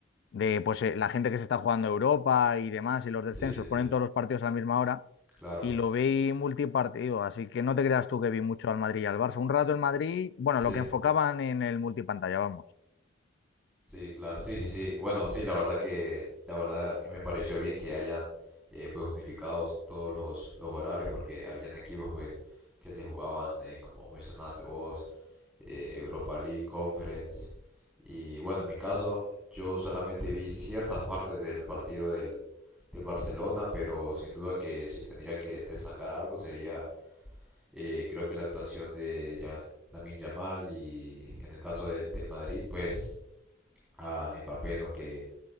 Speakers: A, on the left (about 60°); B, in the centre.
A: de pues eh, la gente que se está jugando Europa y demás, y los descensos,
B: sí, sí, sí,
A: ponen todos los partidos a la misma hora,
B: claro,
A: y lo vi multipartido, así que no te creas tú que vi mucho al Madrid y al Barça. Un rato el Madrid, bueno,
B: sí,
A: lo que enfocaban en el multipantalla, vamos.
B: sí, claro, sí, sí, sí. Bueno, sí, la verdad que, la verdad que me pareció bien que hayan eh, pues unificados todos los, los horarios porque habían equipos pues que se jugaban eh, como mencionaste vos eh, Europa League, Conference. Y bueno, en mi caso, yo solamente vi ciertas partes del partido del, del Barcelona, pero sin duda que si tendría que destacar algo sería, eh, creo que la actuación de Ya- Lamine Yamal y en el caso del, del Madrid, pues a Mbappé, ¿no? Que,